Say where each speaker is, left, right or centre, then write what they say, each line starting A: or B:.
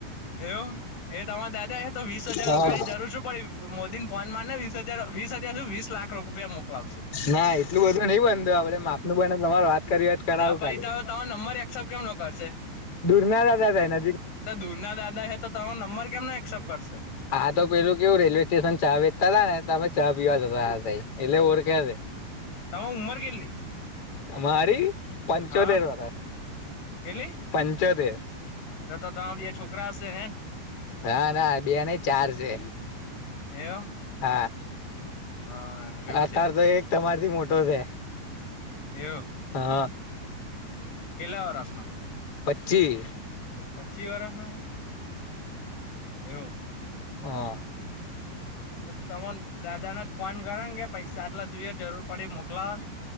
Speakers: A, on the left (about 75°); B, on the left (about 30°).
A: એવું એ તમાર દાદા એતો વીસ હજાર
B: હા
A: રૂપિયાની જરૂર શું પડીયુ. મોદી ન ફોન મારન વીસહજાર, વીસહજાર હુ વીસલાખ રૂપિયા મોકલાવશે.
B: ના, એટલું બધું નઈ બનતું આપડે માપનું બને તમારે વાત કરી વાત કરાવું
A: જાપાઈ
B: ખાલી
A: ત્રણ-ત્રણ નંબર એકક્સઅપ કેમ નોકરશે.
B: દુરના દાદા થાય નજીક
A: તે દૂરના દાદા હે, તો તમારો નંબર કેમનો એક્સેપ્ટ કરશે.
B: આતો પેલું કેવું રેલવે- સ્ટેશન ચા વેચતા તા, ને તમે ચા પીવા જતા તઈ એટલે ઓરખે છે.
A: તમાર ઉંમર કેટલી?
B: અમારી પંચોતેર
A: હા
B: વરસ
A: કેટલી
B: પંચોતેર.
A: તો તો તમાર બે છોકરા હશે, હેન.
B: નાના બે નહીં ચાર છે,
A: એવ
B: હા.
A: હા એવું
B: અ
A: છે
B: તારતો એક તમારથી મોટો છે.
A: એવું.
B: હા.
A: કેટલા વરસનો.
B: પચ્ચી.
A: પચ્ચી વરહ નો હે, એવું.
B: હા.
A: તો તમોન દાદાન જ ફોન કરોન કે પૈસા આટલા જોઈએ, જરૂર પડી મોકલાવોન.